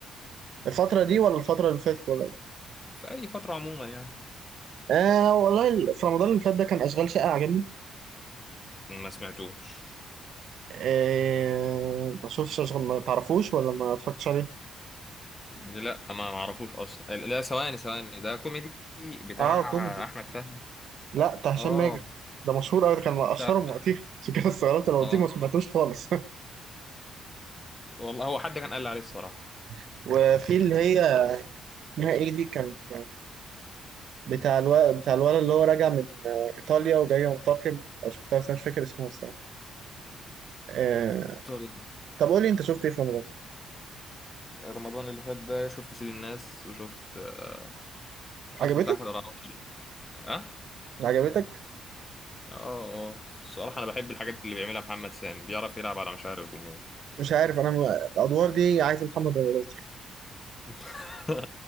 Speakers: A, on the right; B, on the left.
A: الفترة دي ولا الفترة اللي فاتت ولا إيه؟
B: في اي فترة عموما يعني
A: آه والله ال- في رمضان اللي فات ده كان أشغال شقة عجبني
B: ما سمعتوش
A: آه ما شوفش أشغال ما تعرفوش ولا ما اتفرجتش عليه
B: لا ما ما اعرفوش اصلا لا ثواني ثواني ده كوميدي بتاع
A: آه كوميدي
B: احمد فهمي
A: لا بتاع هشام
B: اه
A: ماجد ده مشهور أوي ده كان من أشهرهم
B: لا
A: وقتها <laughs> عشان كده استغربت لو
B: اه
A: قلتيه ما سمعتوش خالص
B: والله هو حد كان قال لي عليه الصراحه
A: <laughs> وفي اللي هي اسمها إيه دي كان في- بتاع الولد بتاع الولد اللي هو راجع من آه، إيطاليا وجاي ينتقم أو شفتها بس أنا مش فاكر اسمها الصراحة آه،
B: طول
A: طب قول لي انت شفت ايه في رمضان
B: رمضان اللي فات ده شفت سيد الناس وشفت آه شفت
A: عجبتك
B: بتاع احمد رمضان اه
A: عجبتك
B: اه اه الصراحه انا بحب الحاجات اللي بيعملها محمد سامي بيعرف يلعب على مشاعر الجمهور
A: مش عارف انا م... الادوار دي عايز محمد رمضان صراحة.
B: <laughs>